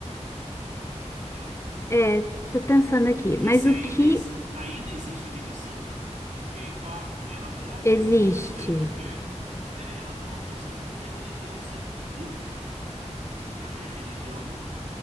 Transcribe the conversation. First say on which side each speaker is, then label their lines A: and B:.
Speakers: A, on the right (about 85°); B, on the left (about 25°).
A: né?
B: É, tô pensando aqui.
A: Que
B: Mas
A: se
B: o
A: ainda,
B: que
A: exi- ainda existe inibição, ok, claro, é natural que exista,
B: existe?
A: né? Porque é, e é natural que exista porque a religião sempre inibiu, né? E a religião